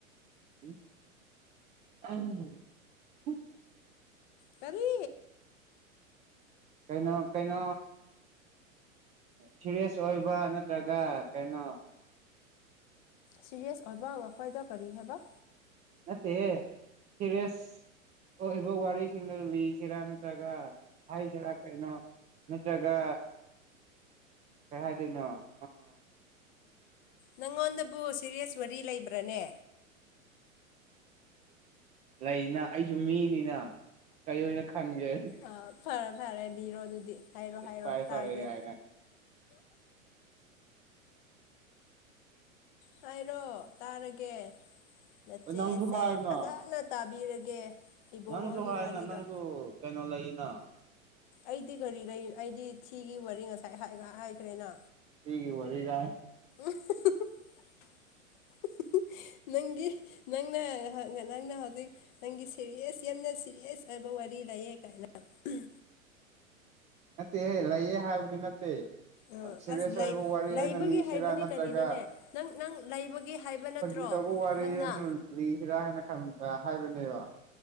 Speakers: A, on the right (about 15°); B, on the left (about 35°).
A: <unintelligible>
B: ꯀꯔꯤ
A: ꯀꯩꯅꯣ ꯀꯩꯅꯣ ꯁꯤꯔꯤꯔꯦꯁ ꯑꯣꯏꯕ ꯀꯩꯅꯣ
B: ꯁꯤꯔꯤꯌꯁ ꯑꯣꯏꯕ ꯅꯈꯣꯏꯗ ꯀꯔꯤ ꯍꯥꯏꯕ
A: ꯅꯠꯇꯦꯍꯦ ꯁꯦꯔꯤꯌꯁ ꯊꯣꯛꯏꯕ ꯋꯥꯔꯤꯁꯤꯡꯗꯣ ꯂꯤꯁꯤꯔꯥ ꯅꯠꯇ꯭ꯔꯒ ꯍꯥꯏꯁꯤꯔꯥ ꯀꯩꯅꯣ ꯅꯠꯇ꯭ꯔꯒ ꯀꯩ ꯍꯥꯏꯗꯣꯏꯅꯣ ꯑꯥ
B: ꯅꯪꯉꯣꯟꯗꯕꯨ ꯁꯤꯔꯤꯌꯁ ꯋꯥꯔꯤ ꯂꯩꯕ꯭ꯔꯥꯅꯦ
A: ꯂꯩꯅ ꯑꯩꯁꯨ ꯃꯤꯅꯤꯅ ꯀꯔꯤ ꯑꯣꯏꯅ ꯈꯟꯒꯦ
B: ꯑ ꯐꯔꯦ ꯐꯔꯦ ꯂꯤꯔꯣ ꯑꯗꯨꯗꯤ ꯍꯥꯏꯔꯣ
A: ꯏꯁ
B: ꯍꯥꯏꯔꯣ
A: ꯐꯔꯦ
B: ꯇꯥꯒꯦ
A: ꯐꯔꯦ ꯀꯥꯏꯅ
B: ꯍꯥꯏꯔꯣ ꯇꯥꯔꯒꯦ ꯅꯆꯦꯁꯦ
A: ꯍꯣꯏ ꯅꯪꯁꯨ ꯍꯥꯏꯌꯨꯅ
B: ꯐꯖꯅ ꯇꯥꯕꯤꯔꯒꯦ ꯏꯕꯨꯡꯉꯣꯒꯤ
A: ꯅꯪꯁꯨ ꯍꯥꯏꯌꯨꯅ
B: ꯋꯥꯔꯤꯗꯣ
A: ꯅꯪꯁꯨ ꯀꯩꯅꯣ ꯂꯩꯅ
B: ꯑꯩꯗꯤ ꯀꯔꯤ ꯂꯩ ꯑꯩꯗꯤ ꯊꯤꯒꯤ ꯋꯥꯔꯤ ꯉꯁꯥꯏ ꯍꯥꯏꯒ ꯍꯥꯏꯈ꯭ꯔꯦꯅ
A: ꯊꯤꯒꯤ ꯋꯥꯔꯤꯒ
B: <unintelligible> ꯅꯪꯒꯤ ꯅꯪꯅ ꯅꯪꯅ ꯍꯧꯖꯤꯛ ꯅꯪꯒꯤ ꯁꯦꯔꯤꯌꯁ ꯌꯥꯝꯅ ꯁꯦꯔꯤꯌꯁ ꯑꯣꯏꯕ ꯋꯥꯔꯤ ꯂꯩꯌꯦ ꯀꯥꯏꯅ ꯎꯝ
A: ꯅꯠꯇꯦꯍꯦ ꯂꯩꯌꯦ ꯍꯥꯏꯕꯗꯤ ꯅꯠꯇꯦ
B: ꯑ
A: ꯁꯦꯔꯤꯌꯁ
B: ꯑꯁ ꯂꯩ
A: ꯑꯣꯏꯕ ꯋꯥꯔꯤ
B: ꯂꯩꯕꯒꯤ
A: ꯑꯣꯏꯅ ꯂꯤꯁꯤꯔꯥ
B: ꯍꯥꯏꯕꯅꯦ
A: ꯅꯠꯇ꯭ꯔꯒ
B: ꯀꯔꯤꯅꯣꯅꯦ ꯅꯪ ꯅꯪ ꯂꯩꯕꯒꯤ ꯍꯥꯏꯕ ꯅꯠꯇ꯭ꯔꯣ
A: ꯀꯗꯧꯕ ꯋꯥꯔꯤ
B: ꯅꯪꯅ
A: ꯑꯃꯅ ꯂꯤꯁꯤꯔꯥ ꯍꯥꯏꯅ ꯈꯟ ꯍꯥꯏꯕꯅꯦꯕ